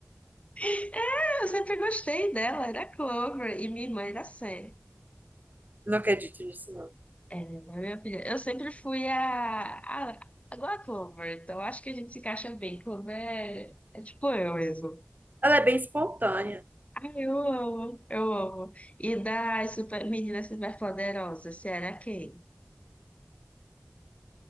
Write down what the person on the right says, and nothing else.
não acredito nisso, não.
Ela é bem espontânea.